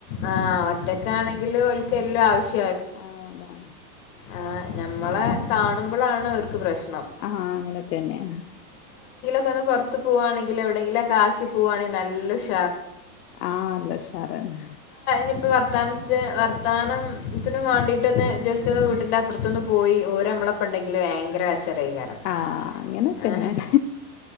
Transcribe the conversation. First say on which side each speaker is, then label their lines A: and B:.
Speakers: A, on the left; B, on the left.
A: ആ ഒറ്റക്കണെങ്കില് ഒൽക്കെല്ലും ആവശ്യ
B: ആ അതാണ്
A: ആ ഞമ്മളെ കാണുമ്പളാണ് ഓര്ക്ക് പ്രശ്
B: ആ അങ്ങനെത്തന്നെണ്.
A: ന്ന് പുറത്ത് പോകവാണെങ്കില് എവടെങ്കിലൊക്കെ ആക്കി പോവാണെങ്കി നല്ല ഷ്
B: ആഹ് ല്ല ഉശാറാറാണ്.
A: ഞിപ്പോ വർത്താനത്ത് വർത്താനാ ത്തിന് വേണ്ടിട്ടൊന്ന് ജസ്റ്റ് ഒന്ന് വീട്ടിന്റെ അപ്പുറത്തൊന്ന് പോയി ഓര് അമ്മളപ്പണ്ടെങ്കിൽ ഭയങ്കര കര് ച്ചിലേകാരം.
B: ആ അങ്ങനെ
A: ആ
B: തന്നെയാണ്